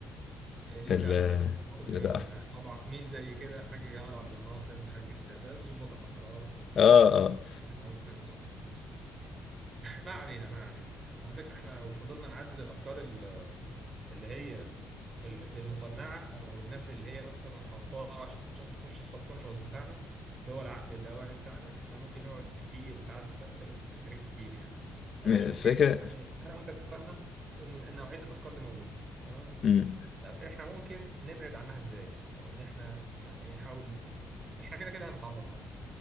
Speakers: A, on the right (about 40°); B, on the left (about 55°).
A: اللي
B: اللي
A: تحت الضباط اللي
B: اللي
A: كانوا
B: ده
A: منها طبعا مين زي كده الحاج جمال عبد الناصر الحاج السادات ضباط الاحرار
B: اه
A: آه، دي دي-
B: اه
A: دي نقول بشكل صريح اه ما علينا ما علينا على فكرة احنا لو فضلنا نعدد الأفكار ال- اللي هي ال- المقنعة أو الناس اللي هي مثلا حطاها عشان تخش السبكونشوس بتاعنا اللي هو العقل اللاواعي بتاعنا احنا ممكن نقعد كتير وتعدد في أمثلة تاريخ كتير يعني طب
B: الفكرة
A: ماشي أوكي يعني أنا وأنت اتفقنا إن إن نوعية الأفكار دي موجودة تمام
B: امم
A: طب احنا ممكن نبعد عنها إزاي أو إن احنا يعني إيه نحاول احنا كده كده هنتعرض لها